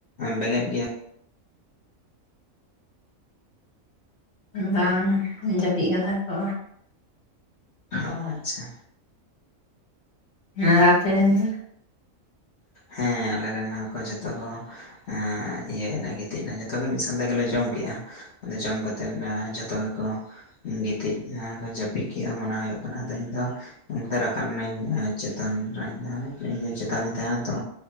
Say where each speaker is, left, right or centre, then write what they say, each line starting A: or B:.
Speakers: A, on the left (about 55°); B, on the left (about 80°).
A: ᱵᱮᱸᱜᱮᱫ ᱜᱮᱭᱟ
B: ᱵᱟᱝ ᱡᱟᱹᱯᱤᱫ ᱠᱟᱫᱟ ᱠᱚ᱾
A: ᱚ ᱟᱪᱪᱷᱟ᱾
B: ᱟᱨ ᱟᱯᱮ ᱨᱮᱱ ᱫᱚ?
A: ᱦᱮᱸ ᱟᱞᱮ ᱨᱮᱱ ᱦᱚᱸᱠᱚ ᱡᱚᱛᱚ ᱠᱚ ᱮ ᱤᱭᱟᱹᱭᱱᱟ ᱜᱤᱛᱤᱡ ᱮᱱᱟ ᱡᱚᱛᱚᱜᱮ ᱢᱤᱫ ᱥᱟᱶ ᱛᱮ ᱜᱮᱞᱮ ᱡᱚᱢ ᱠᱮᱜ-ᱟ᱾ ᱟᱫᱚ ᱡᱚᱢ ᱠᱟᱛᱮᱫ ᱟ ᱡᱚᱛᱚ ᱜᱮᱠᱚ ᱜᱤᱛᱤᱡ ᱮᱱᱟ ᱡᱟᱹᱯᱤᱫ ᱠᱮᱜ-ᱟ ᱢᱚᱱᱮ ᱦᱩᱭᱩᱜ ᱠᱟᱱᱟ ᱟᱫᱚ ᱤᱧ ᱫᱚ ᱚᱱᱛᱮ ᱨᱟᱠᱟᱵ ᱱᱟᱹᱧ ᱪᱮᱛᱟᱱ ᱨᱮ ᱤᱧ ᱫᱚ ᱪᱤᱛ ᱪᱮᱛᱟᱱ ᱨᱮᱧ ᱛᱟᱦᱮᱱᱟ ᱛᱚ